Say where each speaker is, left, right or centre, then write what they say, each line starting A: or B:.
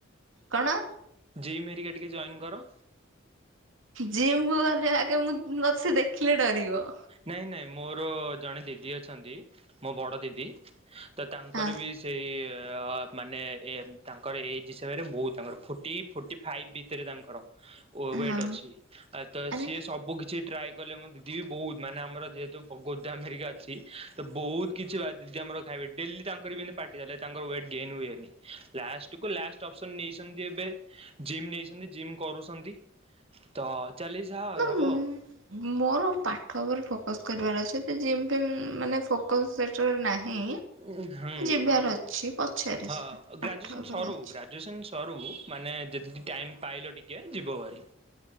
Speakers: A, on the right; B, on the right.
A: କଣ?
B: ଜିମ୍ ହେରିକା ଟିକେ ଜଏନ୍ କର।
A: ଜିମ୍ ଗଲେ ଆଗେ ମୁଁ ମତେ ସେ ଦେଖିଲେ ଡରିବ।
B: ନାଇଁ ନାଇଁ ମୋର ଜଣେ ଦିଦି ଅଛନ୍ତି ମୋ ବଡ ଦିଦି ତ ତାଙ୍କର
A: ହଁ
B: ବି ସେଇ ଅ ମାନେ ଏ ତାଙ୍କର ଏଜ୍ ହିସାବରେ ବୋହୁତ ତାଙ୍କର ଫୋର୍ଟି ଫୋର୍ଟି ଫାଇଭ୍ ଭିତରେ ତାଙ୍କର। ୱେ ୱେଟ୍
A: ହଁ
B: ଅଛି ଆ ତ
A: ଆରେ
B: ସିଏ ସବୁ କିଛି ଟ୍ରାଏ କଲେ ମୋ ଦିଦି ବୋହୁତ। ମାନେ ଆମର ଯେହେତୁ ବୋ ଗୋଦମ୍ ହରିକା ଅଛି ତ ବୋହୁତ କିଛି ବା ଦିଦି ଆମର ଖାଇବେ ଡେଲି ତାଙ୍କର ବି ପାଟି କଲେ ତାଙ୍କ ୱେଟ ଗେନ୍ ହୁଏନି ଲାଷ୍ଟକୁ ଲାଷ୍ଟ ଅପସନ୍ ନେଇଚନ୍ତି ଏବେ ଜିମ୍ ନେଇଛନ୍ତି ଜିମ୍ କରୁଛନ୍ତି ତ ଚାଲିଚି ଯାହା
A: ନା
B: ହବ
A: ମୁଁ
B: ଆଉ।
A: ମୋର ପାଠ ଉପରେ ଫୋକସ୍ କରିବାର ଅଛି ଏତେ ଯିମ୍ ଫିମ୍ ମାନେ ଫୋକସ୍ ସେଟାରେ ନାହିଁ।
B: ଉଁ ହୁଁ
A: ଯିବାର ଅଛି ପଛରେ
B: ହ
A: ସେଟା
B: ଗ୍ରାଜୁଏସନ୍
A: ପାଠ ଉପରେ
B: ସରୁ
A: ଅଛି।
B: ଗ୍ରାଜୁଏସନ୍ ସରୁ ମାନେ ଯଦି ଦି ଟାଇମ୍ ପାଇଲ ଟିକେ ଯିବ ଭାର।